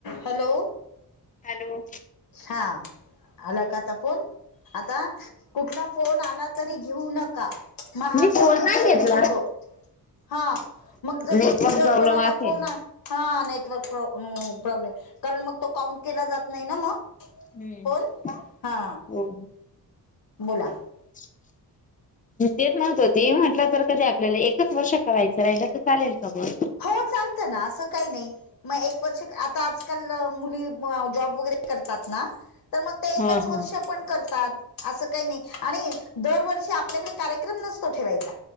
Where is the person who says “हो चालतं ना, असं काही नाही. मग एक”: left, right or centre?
Left